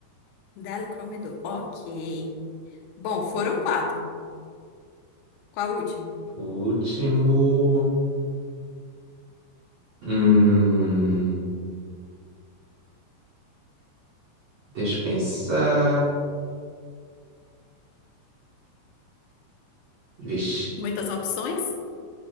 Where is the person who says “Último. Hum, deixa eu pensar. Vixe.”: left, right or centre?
Right